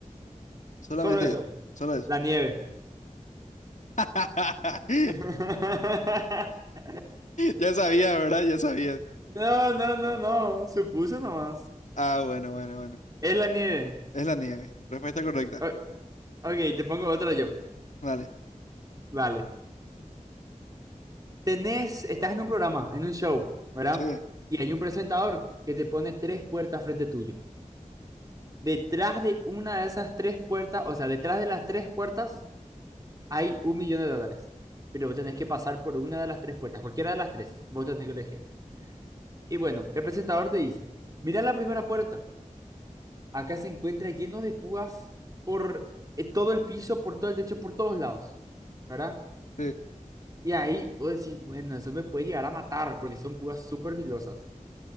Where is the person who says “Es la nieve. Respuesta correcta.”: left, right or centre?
Left